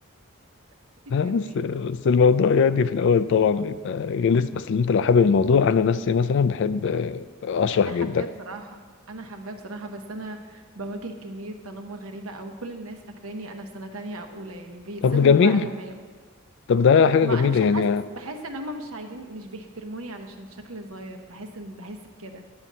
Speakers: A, on the right; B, on the left.
A: <laughs> الكارنيه
B: آه، بس بس الموضوع يعني في الاول طبعا بيبقى غلس بس انت لو حابب الموضوع انا نفسي مثلا بحب آه، اشرح
A: انا حباه
B: جدا
A: بصراحه انا حباه بصراحه بس انا بواجه كميه تنمر غريبه قوي كل الناس فاكراني انا في سنه تانية او اولى يعني بيتصدموا
B: طب جميل
A: بقى لما
B: طب ده حاجة
A: ما
B: جميلة
A: انا مش
B: يعني
A: حاسس بحس ان هما مش عايزين مش بيحترموني علشان شكلي صغير بحس ان بحس بكده